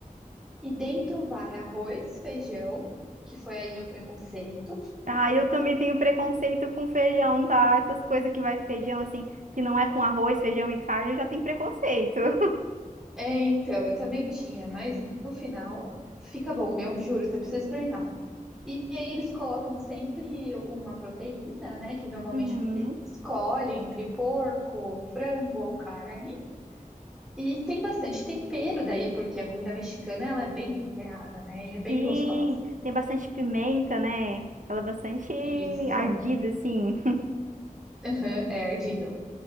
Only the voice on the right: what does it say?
Ah, eu também tenho preconceito com feijão, tá? Essas coisas que vai feijão, assim, que não é com arroz, feijão e carne, eu já tenho preconceito. <laughs>
Uhum.
Sim,
tem bastante pimenta, né? Ela é bastante
ardida, assim.